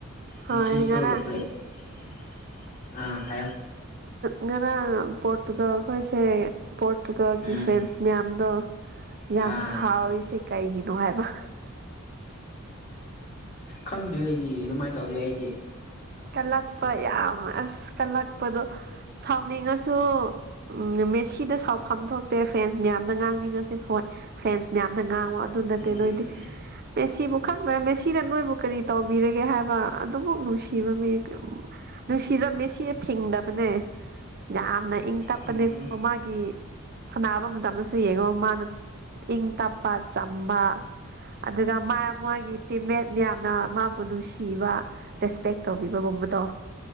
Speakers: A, on the right; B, on the left.
A: ꯍꯣꯏ
B: ꯃꯤꯁꯤꯁꯨꯇ
A: ꯉꯔꯥꯡ
B: <inaudible> ꯑꯥ ꯍꯥꯏ
A: ꯉꯔꯥꯡ ꯄꯣꯔꯇꯨꯒꯜ ꯑꯩꯈꯣꯏꯁꯦ ꯄꯣꯔꯇꯨꯒꯜꯒꯤ
B: ꯎꯝ
A: ꯐ꯭ꯔꯦꯟꯁ ꯃꯌꯥꯝꯗꯣ ꯌꯥꯝ
B: ꯑꯥ
A: ꯁꯥꯎꯔꯤꯁꯦ ꯀꯩꯒꯤꯅꯣ ꯍꯥꯏꯕ
B: ꯈꯪꯗ꯭ꯦ ꯑꯩꯗꯤ ꯑꯗꯨꯃꯥꯏꯅ ꯇꯧꯗꯦ ꯑꯩꯗꯤ
A: ꯀꯠꯂꯛꯄ ꯌꯥꯝ ꯑꯁ ꯀꯜꯂꯛꯄꯗꯣ ꯁꯥꯎꯅꯤꯡꯉꯁꯨ ꯎꯝ ꯃꯦꯁꯤꯗ ꯁꯥꯎꯐꯝ ꯊꯣꯛꯇꯦ ꯐ꯭ꯔꯦꯟꯁ ꯃꯌꯥꯝꯅ ꯉꯥꯡꯅꯤꯡꯉꯁꯤ ꯐꯣꯟ ꯐ꯭ꯔꯦꯟꯁ ꯃꯌꯥꯝꯅ ꯉꯥꯡꯉꯣ ꯑꯗꯨ ꯅꯠꯇꯦ
B: ꯎꯝ
A: ꯅꯣꯏꯗꯤ ꯃꯦꯁꯤꯕꯨ ꯈꯪꯅ ꯃꯦꯁꯤ ꯅꯣꯏꯕꯨ ꯀꯔꯤ ꯇꯧꯕꯤꯔꯒꯦ ꯍꯥꯏꯕ ꯑꯗꯨꯃꯛ ꯅꯨꯡꯁꯤ ꯅꯨꯡ ꯁꯤꯕꯝꯃꯦ <inaudible> ꯅꯨꯡꯁꯤꯗꯔ ꯃꯦꯁꯤꯁꯦ ꯐꯤꯡꯗꯕꯅꯦ ꯌꯥꯝꯅ ꯏꯪ ꯇꯞꯄꯅꯦꯀꯣ
B: ꯎꯝ
A: ꯃꯥꯒꯤ ꯁꯅꯥꯕ ꯃꯇꯝꯗꯁꯨ ꯌꯦꯡꯉꯣ ꯃꯥꯅ ꯏꯪ ꯇꯞꯄꯥ ꯆꯝꯕꯥ ꯑꯗꯨꯒ ꯃꯥ ꯃꯥꯒꯤ ꯇꯤꯝꯃꯦꯠ ꯌꯥꯝꯅ ꯃꯥꯕꯨ ꯅꯨꯡꯁꯤꯕ ꯔꯦꯁꯄꯦꯛ ꯇꯧꯕꯤꯕꯒꯨꯝꯕꯗꯣ